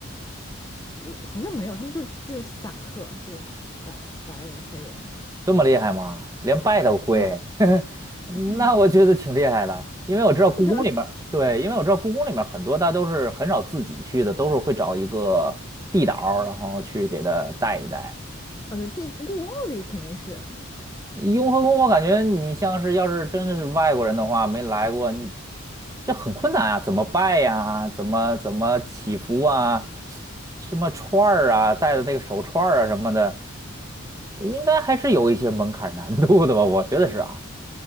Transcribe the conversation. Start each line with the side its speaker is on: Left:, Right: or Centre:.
Left: 我好像没有，他们就是就是散客，就是白白人黑人，
Right: 这么厉害吗？连拜都会，
Left: 啊。
Right: <laughs> 那我觉得挺厉害的。
Left: <laughs> 对呀，
Right: 因为我知道故宫里面对，
Left: 对呀，
Right: 因为我知道故宫里面很多，大都是很少自己去的，都是会找一个地导儿然后去给他带一带。
Left: 啊，对，地故宫里肯定是。
Right: 雍和宫，我感觉你像是要是真的是外国人的话，没来过，你这很困难啊，怎么拜呀、怎么怎么祈福啊？什么串儿啊，戴的那个手串儿啊什么的，应该还是有一些门槛难度的吧？我觉得是啊。